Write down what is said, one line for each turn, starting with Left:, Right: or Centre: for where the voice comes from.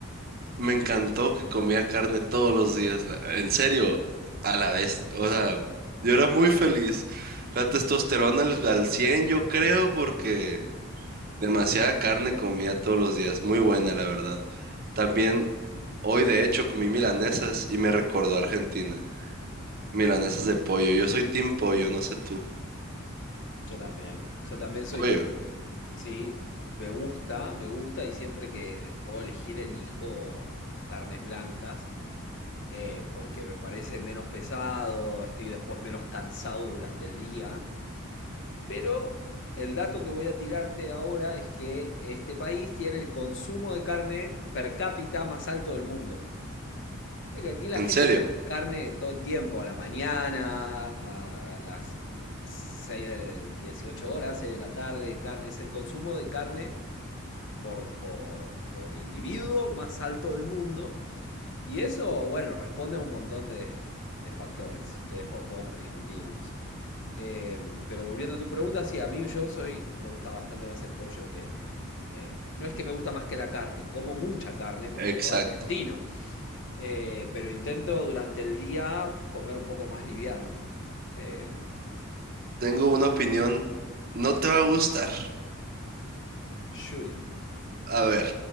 Right: Me encantó que comía carne todos los días, la- en serio, a la vez. O sea, yo era muy feliz. La testosterona al, al 100, yo creo, porque Demasiada carne comía todos los días, muy buena la verdad. También hoy de hecho comí milanesas y me recordó a Argentina. Milanesas de pollo, yo soy team pollo, no sé tú.
Left: Yo también, yo también soy
Right: Pollo,
Left: Sí, me gusta, me gusta y siempre que puedo elegir elijo carnes blancas eh, porque me parece menos pesado, estoy después menos cansado durante el día. Pero el dato que voy a tirarte ahora es que este país tiene el consumo de carne per cápita más alto del mundo. Es que aquí la
Right: ¿en
Left: gente
Right: serio?
Left: come carne todo el tiempo, a la mañana, a las 6 de 18 horas, 6 de la tarde, carne- es el consumo de carne por, por, por individuo más alto del mundo. Y eso, bueno, responde a un montón de, de factores que después podemos discutirlos. Eh, pero volviendo a tu pregunta, sí, a mí yo soy, me gusta bastante más el pollo que el... eh, no es que me gusta más que la carne, como mucha carne, como
Right: Exacto.
Left: todo argentino, eh, pero intento durante el día comer un poco más liviano. Eh,
Right: Tengo una opinión, no te va a gustar.
Left: shoot it.
Right: A ver,